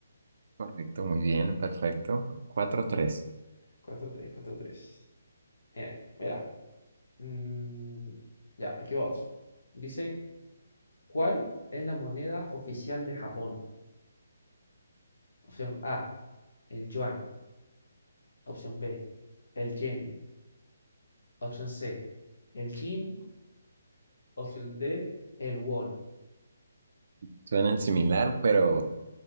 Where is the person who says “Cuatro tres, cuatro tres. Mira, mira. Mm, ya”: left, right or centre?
Left